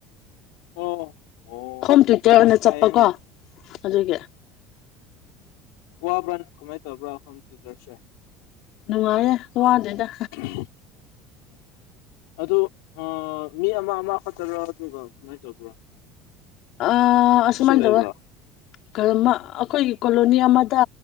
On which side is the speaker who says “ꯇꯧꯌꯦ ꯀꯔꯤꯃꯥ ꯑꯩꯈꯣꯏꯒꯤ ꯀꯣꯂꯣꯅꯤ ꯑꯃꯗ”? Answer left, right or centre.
Left